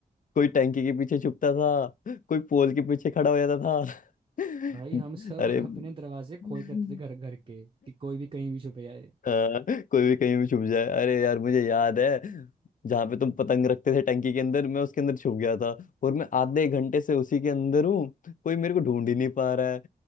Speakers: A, on the left; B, on the right.
A: कोई टंकी के पीछे छुपता था कोई पोल के पीछे खड़ा हो जाता था <laughs>
B: भाई हम सब
A: अरे <laughs> हम्म।
B: अपने दरवाजे खोल के रखते थे घर घर के कि कोई भी कहीं भी छुप जाए
A: हाँ, कोई भी कहीं भी छुप जाए अरे यार मुझे याद है जहाँ पे तुम पतंग रखते थे टंकी के अंदर मैं उसके अंदर छुप गया था और मैं आधे एक घंटे से उसी के अंदर हूँ कोई मेरे को ढूंढ ही नहीं पा रहा है